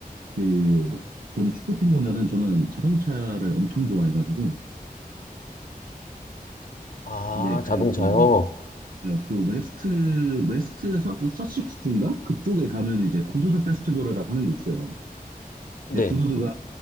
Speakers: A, on the right; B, on the left.
A: 그, 저는 축구팀보다는 저는 자동차를 엄청 좋아해가지고,
B: 아,
A: 이제 그,
B: 자동차요?
A: 어, 그 웨스트 웨스트 서, 서식스 주인가? 그쪽에 가면 이제 구두드 페스티벌이라고 하는 게 있어요.
B: 네.
A: 이제 구두드가